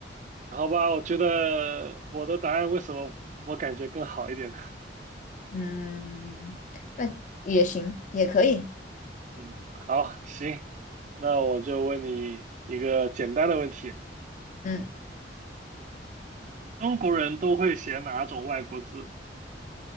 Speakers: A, on the right (about 40°); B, on the left (about 45°).
A: 好吧，我觉得我的答案为什么我感觉更好一点呢？
B: 嗯，那也行，也可以。
A: <laughs> 嗯，好，行，那我就问你一个简单的问题：
B: 嗯，
A: 中国人都会写哪种外国字？